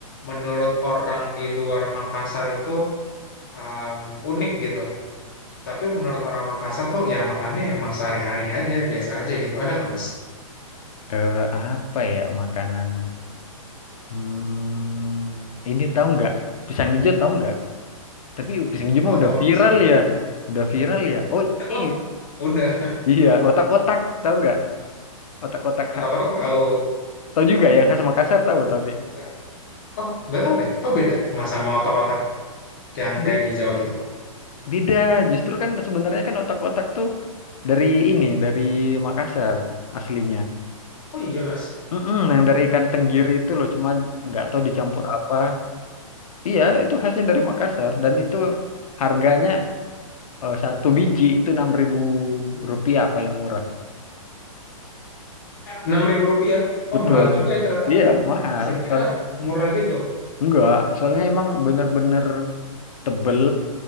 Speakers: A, on the left; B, on the left.
A: menurut orang di luar Makassar itu um, unik gitu. Tapi menurut orang Makassar tuh ya makannya emang sehari-hari aja, biasa aja gitu. Ada nggak mas?
B: Eh, apa ya makanan? Hmm, ini tahu nggak? Pisang hijau tahu nggak? Tapi pisang hijau mah
A: Oh
B: udah
A: tahu
B: viral
A: pisang hijau.
B: ya,
A: <laughs>
B: udah viral ya. Oh ini,
A: Oh udah.
B: iya otak-otak tahu nggak? Otak-otak
A: Otak-otak
B: ha.
A: tahu.
B: Tahu juga yang khas Makassar tahu tapi
A: Nah, Oh nggak tahu deh. Oh beda sama sama otak-otak yang
B: Be-
A: kayak di Jawa gitu.
B: beda. Justru kan sebenarnya kan otak-otak tuh dari ini dari Makassar aslinya.
A: Oh iya mas.
B: Mm-mm, yang dari ikan tenggiri itu loh, cuma nggak tahu dicampur apa. Iya, itu khasnya dari Makassar dan itu harganya. eh, satu biji itu enam ribu rupiah paling murah.
A: Enam ribu rupiah. Oh
B: Betul.
A: mahal juga ya ternyata.
B: Iya, mahal.
A: Saya kira
B: Soalnya,
A: murah gitu.
B: enggak, soalnya emang bener-bener tebel